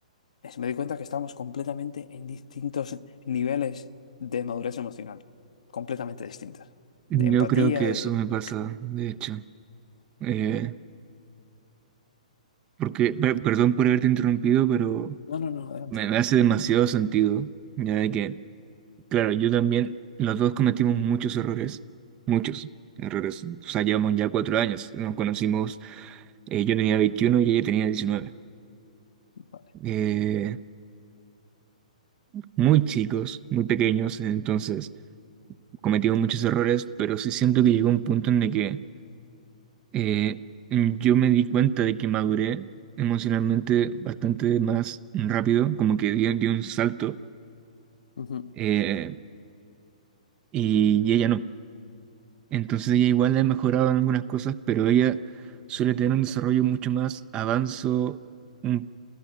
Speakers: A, on the left; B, on the right.
A: es- me di cuenta que estamos completamente en distintos niveles de madurez emocional. Completamente distintas.
B: yo
A: De empatía,
B: creo que
A: de...
B: eso me pasa, de hecho. Eh, porque, per- perdón por haberte interrumpido, pero
A: No, no, no, adelante.
B: me me hace demasiado sentido, ya de que Claro, yo también, los dos cometimos muchos errores, muchos errores. O sea, llevamos ya cuatro años, nos conocimos, eh, yo tenía 21 y ella tenía 19.
A: Vale.
B: Eh, muy chicos, muy pequeños, entonces cometimos muchos errores, pero sí siento que llegó un punto en el que eh, yo me di cuenta de que maduré emocionalmente bastante más rápido, como que di, di un salto,
A: Ujú.
B: eh, y, y ella no. Entonces ella igual le ha mejorado en algunas cosas, pero ella suele tener un desarrollo mucho más avanzo un-